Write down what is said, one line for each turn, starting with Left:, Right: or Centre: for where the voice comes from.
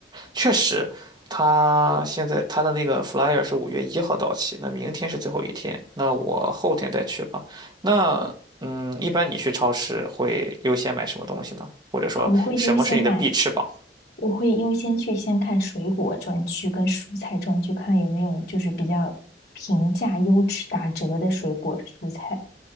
Right: 确实，他现在他的那个 flyer 是五月一号到期，那明天是最后一天，那我后天再去吧。那嗯，一般你去超市会优先买什么东西呢？或者说什么是你的必吃榜？
Left: 啊，我会优先买，我会优先去先看水果专区跟蔬菜专区，看有没有就是比较平价、优质、打折的水果蔬菜，